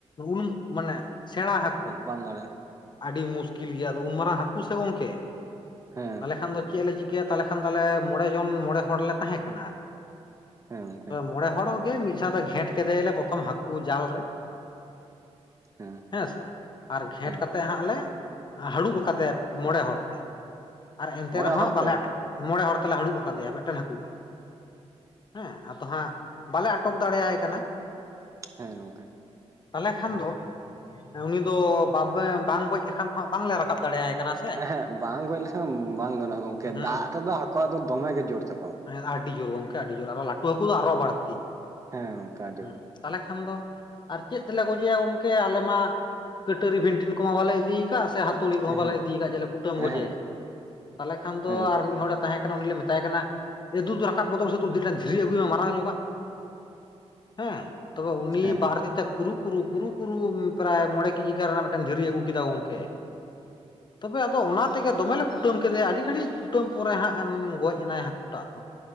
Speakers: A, on the left (about 40°); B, on the right (about 25°).
A: ᱩᱱ ᱢᱟᱱᱮ ᱥᱮᱬᱟ ᱦᱟᱹᱠᱩ
B: ᱵᱟᱝ ᱫᱟᱲᱮᱭᱟᱜ
A: ᱟᱹᱰᱤ ᱢᱩᱥᱠᱤᱞ ᱜᱮᱭᱟ ᱟᱫᱚ ᱩᱱ ᱢᱟᱨᱟᱝ ᱦᱟᱹᱠᱩ ᱥᱮ ᱜᱚᱝᱠᱮ
B: ᱦᱮᱸ
A: ᱛᱟᱦᱚᱞᱮ ᱠᱷᱟᱱ ᱫᱚ ᱪᱮᱫ ᱞᱮ ᱪᱤᱠᱟᱹᱭᱟ ᱛᱟᱦᱞᱮ ᱠᱷᱟᱱ ᱫᱚ ᱟᱞᱮ ᱢᱚᱬᱮ ᱡᱚᱱ ᱢᱚᱬᱮ ᱦᱚᱲ ᱞᱮ ᱛᱟᱦᱮᱸ ᱠᱟᱱᱟ ᱟᱨᱠᱤ
B: ᱦᱮᱸ ᱜᱚᱢᱠᱮ
A: ᱢᱚᱬᱮ ᱦᱚᱲ ᱜᱮ ᱢᱤᱫ ᱥᱟᱶᱛᱮ ᱜᱷᱮᱸᱴ ᱠᱮᱫᱮᱭᱟᱞᱮ ᱯᱨᱚᱛᱷᱚᱢ ᱦᱟᱹᱠᱩ ᱡᱟᱞ ᱨᱮ
B: ᱦᱮᱸ
A: ᱦᱮᱸ ᱥᱮ ᱟᱨ ᱜᱷᱮᱸᱴ
B: ᱦᱮᱸ
A: ᱠᱟᱛᱮᱜ ᱦᱟᱸᱜ ᱞᱮ ᱦᱟ. ᱲᱩᱵ ᱟᱠᱟᱫᱮᱭᱟ ᱢᱚᱬᱮ ᱦᱚᱲ ᱛᱮ ᱟᱨ ᱮᱱᱛᱮ
B: ᱢᱚᱬᱮ
A: ᱨᱮᱦᱚᱸ
B: ᱦᱚᱲ
A: ᱵᱟᱞᱮ
B: ᱛᱮ
A: ᱟᱴᱚᱜ ᱢᱚᱬᱮ ᱦᱚᱲ ᱛᱮᱞᱮ ᱦᱟ. ᱲᱩᱵ ᱟᱠᱟᱫᱮᱭᱟ ᱢᱤᱫᱴᱟᱝ ᱦᱟᱹᱠᱩ ᱜᱮ ᱦᱮᱸ ᱟᱫᱚ ᱦᱟᱸᱜ ᱵᱟᱞᱮ ᱟᱴᱚᱠ ᱫᱟᱲᱮᱭᱟᱭ ᱠᱟᱱᱟ
B: ᱦᱮᱸ ᱜᱚᱝᱠᱮ
A: ᱛᱟᱦᱚᱞᱮ ᱠᱷᱟᱱ ᱫᱚ ᱩᱱᱤ ᱫᱚ ᱵᱟᱯᱮ ᱵᱟᱝ ᱜᱚᱡ ᱞᱮᱠᱷᱟᱱ ᱦᱚᱸ ᱦᱟᱸᱜ ᱵᱟᱝᱞᱮ ᱨᱟᱠᱟᱵ ᱫᱟᱲᱮᱭᱟᱭ ᱠᱟᱱᱟ ᱥᱮ
B: ᱦᱮᱸ ᱦᱮᱸᱜ ᱵᱟᱝ ᱜᱚᱡ ᱞᱮᱠᱷᱟᱱ ᱵᱟᱝ ᱜᱟᱱᱚᱜᱼᱟ ᱜᱚᱝᱠᱮ
A: ᱦᱩᱸ
B: ᱫᱟᱜ ᱨᱮᱫᱚ ᱦᱟᱹᱠᱩᱣᱟᱜ ᱫᱚ ᱫᱚᱢᱮ ᱜᱮ ᱡᱳᱨ ᱛᱟᱠᱚ
A: ᱦᱮᱸ ᱟᱹᱰᱤ ᱡᱳᱨ ᱜᱚᱝᱠᱮ ᱟᱹᱰᱤ ᱡᱳᱨ ᱟᱨᱦᱚᱸ ᱞᱟᱹᱴᱩ ᱦᱟᱹᱠᱩ ᱫᱚ ᱟᱨᱦᱚᱸ ᱵᱟᱹᱲᱛᱤ
B: ᱦᱮᱸ ᱚᱝᱠᱟ ᱫᱚ
A: ᱦᱩᱸ ᱛᱟᱦᱚᱞᱮ ᱠᱷᱟᱱ ᱫᱚ ᱟᱨ ᱪᱮᱫ ᱛᱮᱞᱮ ᱜᱚᱡᱮᱭᱟ ᱜᱚᱢᱠᱮ ᱟᱞᱮ ᱢᱟ ᱠᱟ. ᱴᱟ. ᱨᱤ ᱵᱷᱤᱱᱴᱤᱱ ᱠᱚᱦᱚᱸ ᱵᱟᱞᱮ ᱤᱫᱤ ᱥᱟ ᱦᱟᱹᱛᱩᱲᱤ ᱠᱚᱦᱚᱸ
B: ᱮᱦᱮᱸᱜ
A: ᱵᱟᱞᱮ ᱤᱫᱤᱭᱟᱠᱟᱫᱼᱟ ᱡᱮ ᱠᱩᱴᱟᱹᱢ ᱜᱚᱡᱮᱭᱟ
B: ᱮᱦᱮᱸᱜ
A: ᱛᱟᱦᱚᱞᱮ ᱠᱷᱟᱱ ᱫᱚ
B: ᱦᱮᱸ
A: ᱟᱨ ᱢᱤᱫ ᱦᱚᱲᱮ ᱛᱟᱦᱮᱸ ᱩᱱᱤ ᱞᱮ ᱢᱮᱛᱟᱭ ᱠᱟᱱᱟ ᱮ ᱫᱩᱫᱩ ᱨᱟᱠᱟᱵ ᱜᱚᱫᱚᱜ ᱢᱮᱥᱮ ᱛᱮᱴᱟᱱ ᱫᱷᱤᱨᱤ ᱟᱹᱜᱩᱭ ᱢᱮ ᱢᱟᱨᱟᱝ ᱧᱚᱜᱟᱜ ᱦᱮᱸ ᱛᱚᱵᱮ ᱩᱱᱤ
B: ᱦᱮᱸ
A: ᱵᱟᱨᱛᱤᱛᱮ ᱠᱩᱨᱩᱼᱠᱩᱨᱩ ᱯᱨᱟᱭ ᱢᱚᱬᱮ ᱠᱤᱡᱤ ᱛᱮᱭᱟᱨ ᱨᱮᱱᱟᱜ ᱢᱤᱫᱴᱮᱱ ᱫᱷᱤᱨᱤ ᱟᱹᱜᱩ ᱠᱮᱫᱟ ᱜᱚᱝᱠᱮ ᱛᱚᱵᱮ ᱟᱫᱚ ᱚᱱᱟ ᱛᱮᱜᱮ ᱫᱚᱢᱮᱞᱮ ᱠᱩᱴᱟᱹᱢ ᱠᱮᱫᱮᱭᱟ ᱟᱹᱰᱤ ᱜᱷᱟᱹᱲᱤᱡ᱾ ᱠᱩᱴᱟᱹᱢ ᱯᱚᱨᱮ ᱦᱟᱸᱜ ᱮᱢ ᱜᱚᱡ ᱮᱱᱟᱭ ᱦᱟᱹᱠᱩᱴᱟᱜ ᱫᱚ᱾